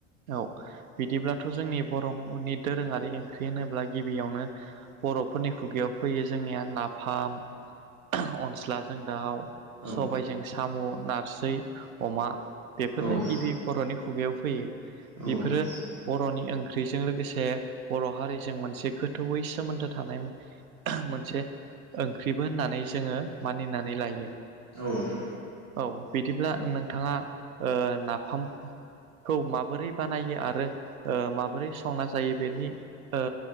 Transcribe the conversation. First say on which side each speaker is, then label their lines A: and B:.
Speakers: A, on the right; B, on the right.
A: औ बिदिब्लाथ' जोंनि बर'नि दोरोङारि ओंख्रि होनोब्ला गिबियावनो बर'फोरनि खुगायाव फैयो जोंनिया नाफाम अनस्लाजों दाउ।
B: औ
A: सबायजों साम' नारजै अमा बेफोरनो
B: औ नोंथां
A: गिबि बर'नि खुगायाव फैयो
B: औ
A: बेफोरो
B: नोंथां
A: बर'नि ओं ख्रिजों लोगोसे बर' हारिजों मोनसे गोथौयै सोमोन्दो थानाय मोनसे ओंख्रिबो होननानै जोङो मानिनानै लायो।
B: औ नोंथां
A: औ बिदिब्ला नोंथाङा ओ नाफाम खौ माबोरै बानायो आरो ओ माबोरै संना जायो बेनि ओ